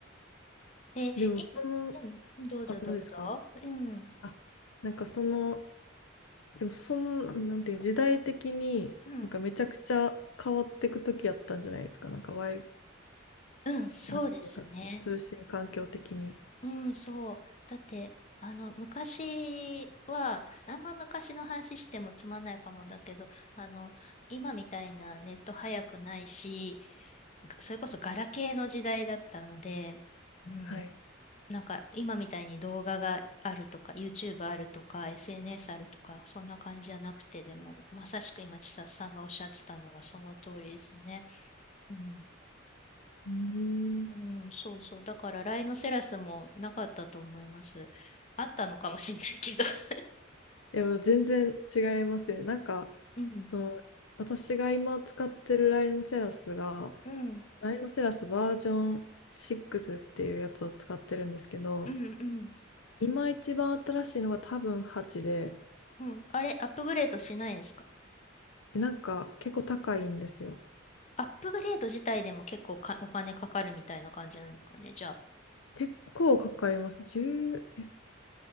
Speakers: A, on the left; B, on the left.
A: えー、
B: ーでもその、
A: いうん、どうぞどうぞ。
B: あ、何ですか
A: うん、
B: あ、なんかその、でもその、なんていう、時代的に、
A: うん、
B: なんかめちゃくちゃ変わっていく時やったんじゃないですか。なんか、ワイ、
A: うん、そうですね。
B: なんていうか、その通信環境的に。
A: うん、そう。だって、あの、昔は、あんま昔の話してもつまんないかもだけど、あの、今みたいなネット早くないし、ぐそれこそガラケーの時代だったので、うん、
B: はい。
A: なんか今みたいに動画があるとか、YouTube あるとか、SNS あるとか、そんな感じじゃなくて、でも、まさしく今、千里さんがおっしゃってたのがその通りですね。うん
B: うーん。
A: うん、そうそう。だから、ライノセラスもなかったと思います。あったのかもしれないけど。<laughs>
B: いや、もう全然違いますよね。なんか、
A: うん、
B: その、私が今使ってるライノセラスが、
A: うん、
B: ライノセラスバージョン6っていうやつを使ってるんですけど、
A: うん、うん。
B: 今一番新しいのが多分8で、
A: うんあれ、アップグレードしないんですか
B: でなんか結構高いんですよ。
A: アップグレード自体でも結構かお金かかるみたいな感じなんですかね、じゃ
B: 結構かかります。1ち